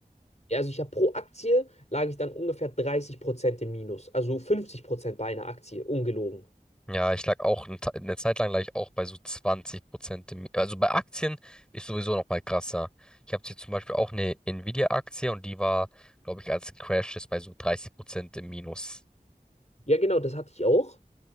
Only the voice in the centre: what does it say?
Ja, ich lag auch eine Te- eine Zeit lang lag ich auch bei so 20 Prozent. Im, Also bei Aktien ist sowieso noch mal krasser. Ich habe hier zum Beispiel auch eine Nvidia-Aktie und die war, glaube ich, als Crash ist bei so 30 Prozent im Minus.